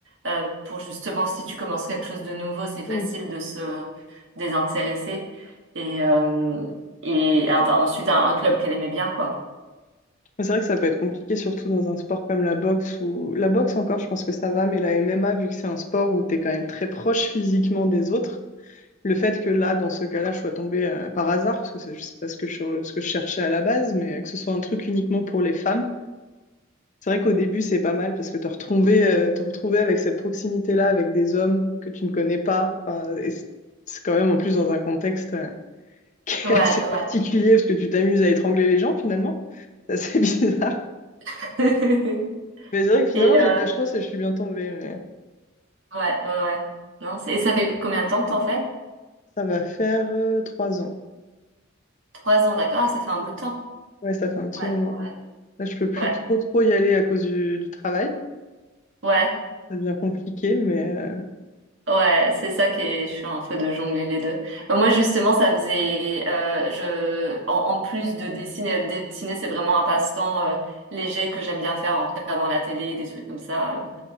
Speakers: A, on the right; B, on the left.
A: euh, pour justement, si tu commences quelque chose de nouveau, c'est facile
B: Hmm.
A: de se désintéresser. Et, euh, et un- ensuite, un, un club qu'elle aimait bien, quoi.
B: Mais C'est vrai que ça peut être compliqué, surtout dans un sport comme la boxe ou la boxe encore, je pense que ça va, mais la MMA, vu que c'est un sport où t'es quand même très proche physiquement des autres, le fait que là, dans ce cas-là, je sois tombée euh, par hasard, parce que c'est je sais pas ce que, je, ce que je cherchais à la base, mais que ce soit un truc uniquement pour les femmes, c'est vrai qu'au début, c'est pas mal, parce que te retrouver, euh, te retrouver avec cette proximité-là, avec des hommes que tu ne connais pas, enfin, et c'est c'est quand même en plus dans un contexte euh, <laughs> qui
A: Ouais,
B: est assez particulier,
A: ouais.
B: parce que tu t'amuses à étrangler les gens, finalement. C'est assez <laughs> bizarre.
A: <laughs>
B: Mais c'est vrai que finalement,
A: Et euh,
B: j'ai eu de la chance et je suis bien tombée. mais
A: ouais, ouais, ouais. Non, c'est- et ça fait combien de temps que t'en fais?
B: ça va faire euh, trois ans.
A: Trois ans, d'accord. Ah, ça fait un bout
B: Ouais.
A: de temps.
B: Ouais, ça fait un petit
A: Ouais,
B: moment.
A: ouais,
B: Là, je peux plus
A: ouais.
B: trop, trop y aller à cause du, du travail.
A: Ouais.
B: Ça devient compliqué, mais euh,
A: Ouais, c'est ça qui est chiant un peu de jongler les deux. Euh, Moi justement, ça faisait, euh, je, en, en plus de dessiner, dessiner c'est vraiment un passe-temps euh, léger que j'aime bien faire en regardant la télé, des trucs comme ça.